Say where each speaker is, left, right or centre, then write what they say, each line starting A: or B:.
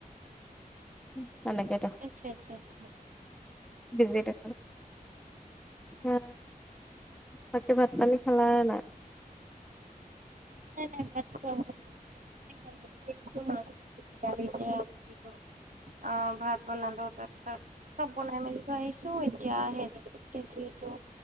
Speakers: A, in the centre; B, on the right.
A: উম, এনেকে
B: আচ্ছা-আচ্ছা-আচ্ছা।
A: বিজে <unintelligible> <unintelligible> বাকি ভাত পানী খালা নে নাই?
B: নাই- নাই ভাত খোৱা নাই ভাত মানে বনাই মেলি আহিছোঁ মাছ ভাজিলোঁ, দালিতে আলু দিলোঁ অ, ভাত বনালো তাৰ পিছত চব বনাই মেলি থৈ আহিছো এতিয়া হেৰি কেচৰিটো